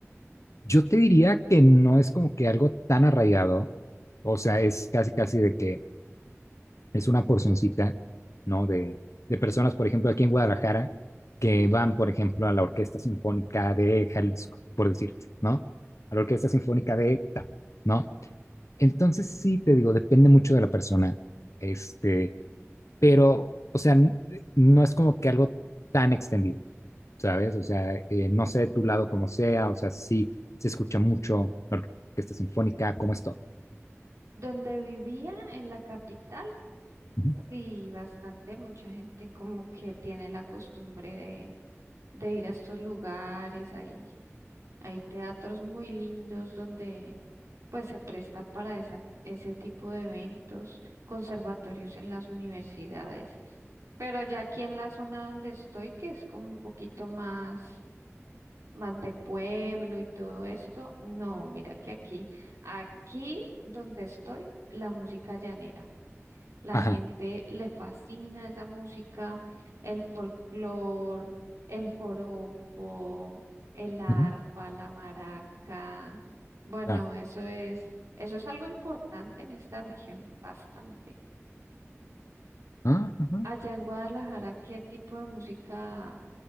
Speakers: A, on the left (about 75°); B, on the right (about 90°).
A: Yo te diría que no es como que algo tan arraigado, o sea, es casi, casi de que es una porcioncita, ¿no? De, de personas, por ejemplo, aquí en Guadalajara, que van, por ejemplo, a la Orquesta Sinfónica de Jalisco, por decirte, ¿no? A la Orquesta Sinfónica de tal ¿no? Entonces, sí, te digo, depende mucho de la persona, este, pero, o sea, n- no es como que algo tan extendido, ¿sabes? O sea, eh, no sé de tu lado cómo sea, o sea, sí se escucha mucho la orquesta sinfónica, ¿cómo es todo?
B: Donde vivía en la capital,
A: Ujú.
B: sí, bastante, mucha gente como que tiene la costumbre de, de ir a estos lugares ahí. Hay teatros muy lindos donde pues se presta para esa, ese tipo de eventos, conservatorios en las universidades. Pero ya aquí en la zona donde estoy, que es como un poquito más, más de pueblo y todo esto, no, mira que aquí, aquí donde estoy, la música llanera. La
A: Ajá,
B: gente le fascina esa música, el folclor, el joropo, el arpa,
A: ujú,
B: la maraca. Bueno,
A: claro.
B: eso es, eso es algo importante en esta región, bastante.
A: Ah, ajá.
B: Allá en Guadalajara, ¿qué tipo de música